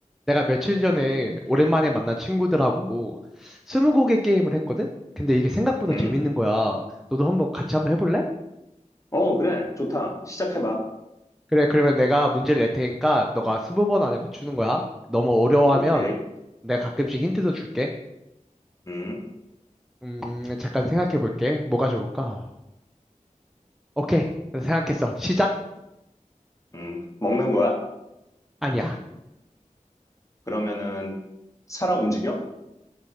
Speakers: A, in the centre; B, on the left.
A: 내가 며칠 전에 오랜만에 만난 친구들하고 스무고개 게임을 했거든? 근데 이게 생각보다
B: 응?
A: 재밌는 거야. 너도 한번 같이 한번 해볼래?
B: 어, 그래. 좋다. 시작해봐.
A: 그래, 그러면 내가 문제를 낼 테니까 너가 스무 번 안에 맞추는 거야. 너무 어려워하면
B: 오케이.
A: 내가 가끔씩 힌트도 줄게.
B: 음,
A: 음, 잠깐 생각해 볼게. 뭐가 좋을까? 오케이. 생각했어. 시작?
B: 음. 먹는 거야?
A: 아니야.
B: 그러면은, 살아 움직여?